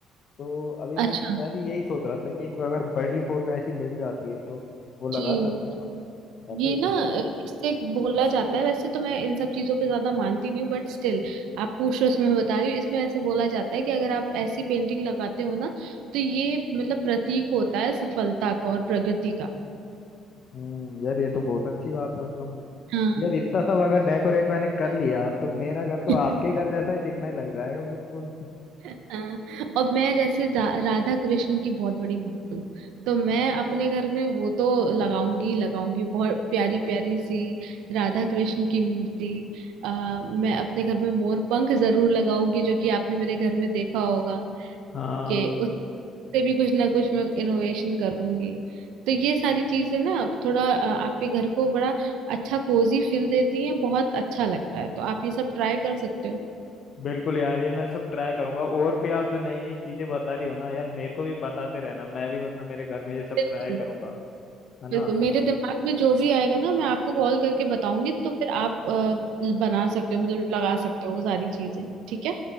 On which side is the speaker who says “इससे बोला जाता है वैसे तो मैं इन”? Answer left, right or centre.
Right